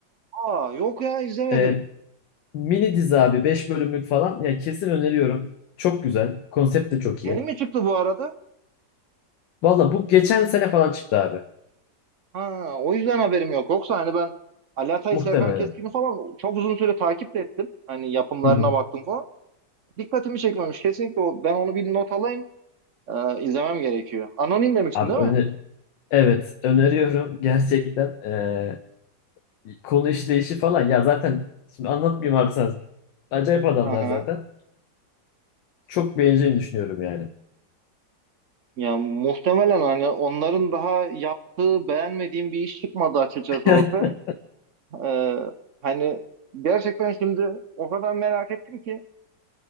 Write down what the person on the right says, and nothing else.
Aa yok ya izlemedim.
Yeni
mi çıktı bu arada?
Ha o yüzden haberim yok. Yoksa hani ben Ali Atay,
Serkan Keskin'i falan çok uzun süre takip de ettim. Hani yapımlarına
baktım falan. Dikkatimi çekmemiş. Kesinlikle o, ben onu bir not alayım. Ee, izlemem gerekiyor. Anonim demiştin
değil mi?
Hı hı.
Ya muhtemelen hani onların daha yaptığı beğenmediğim bir iş çıkmadı açıkçası
ortaya. Ee, hani gerçekten şimdi o kadar merak ettim ki